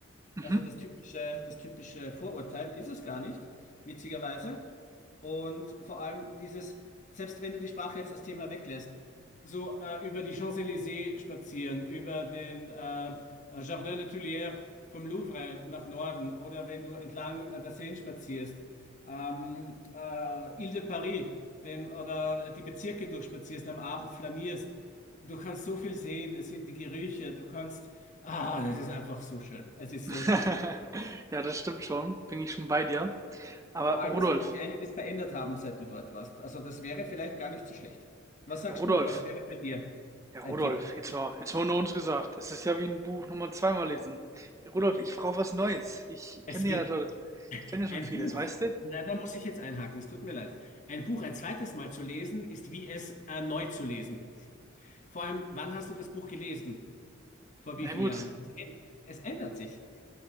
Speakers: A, on the right; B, on the left.
A: mhm.
B: Also das typische, das typische Vorurteil ist es gar nicht, witzigerweise. Und vor allem dieses, selbst wenn du die Sprache jetzt als Thema weglässt, so äh, über die Champs-Élysées spazieren, über den äh, Jardin des Tuileries vom Louvre nach Norden oder wenn du entlang äh, der Seine spazierst, ähm, äh, Ile de Paris den, oder die Bezirke durchspazierst, am Abend flanierst. Du kannst so viel sehen, es sind die Gerüche, du kannst... Ah, es ist einfach so schön. Es ist
A: <laughs>
B: so schön.
A: Ja, das stimmt schon. Bin ich schon bei dir. Aber
B: Vor allem,
A: Rudolf,
B: es wird sich einiges verändert haben, seit du dort warst. Also das wäre vielleicht gar nicht so schlecht. Was sagst
A: Rudolf,
B: du? Was wäre bei dir
A: ja, Rudolf,
B: ein Tipp?
A: jetzt mal, jetzt mal unter uns gesagt. Das ist ja wie ein Buch nochmal zweimal lesen. Rudolf, ich brauche was Neues. Ich
B: Es
A: kenne
B: wird
A: ja schon, ich kenne ja
B: ein
A: schon vieles,
B: Buch,
A: weißt du?
B: na, da muss ich jetzt einhaken, es tut mir leid. Ein Buch ein zweites Mal zu lesen, ist wie es äh, neu zu lesen. Vor allem, wann hast du das Buch gelesen? Vor wie
A: Na
B: vielen
A: gut.
B: Jahren? Es, änd- es ändert sich.